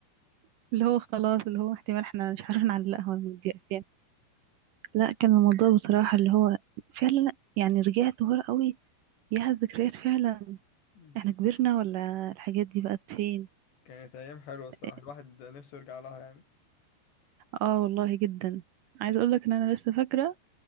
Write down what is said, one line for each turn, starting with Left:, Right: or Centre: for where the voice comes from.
Right: اللي هو خلاص اللي هو احتمال احنا مش عارفين نعلقها ولا نديها فين لا كان الموضوع بصراحة اللي هو فعلا يعني رجعت ورا قوي يا الذكريات فعلا
Left: <laughs>
Right: احنا كبرنا ولا الحاجات دي بقت فين
Left: كانت ايام حلوه الصراحه
Right: اه
Left: الواحد نفسه يرجع لها يعني
Right: آه، والله جدا عايز اقول لك ان انا لسه فاكرة